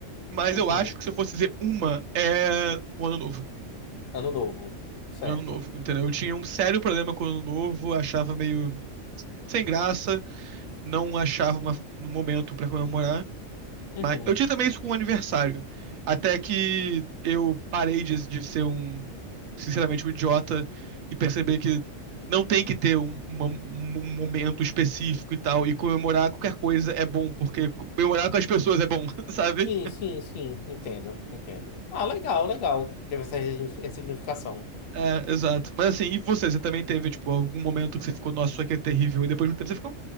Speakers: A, on the right; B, on the left.
A: Mas
B: Uhum.
A: eu acho que se eu fosse dizer uma, é o Ano Novo.
B: Ano novo. Certo.
A: É o Ano Novo, entendeu? Eu tinha um sério problema com o Ano Novo, achava meio sem graça, não achava uma, um momento pra comemorar.
B: Uhum.
A: Mas eu tinha também isso com o aniversário. Até que eu parei de, de ser um, sinceramente, um idiota e perceber que não tem que ter um, uma- um momento específico e tal. E comemorar qualquer coisa é bom, porque comemorar com as pessoas é bom, <laughs> sabe?
B: Sim, sim, sim. Entendo, entendo. Ah, legal, legal. Teve essa ressignificação.
A: É, exato. Mas assim, e você? Você também teve, tipo, algum momento que você ficou, nossa, isso aqui é terrível, e depois de um tempo você ficou,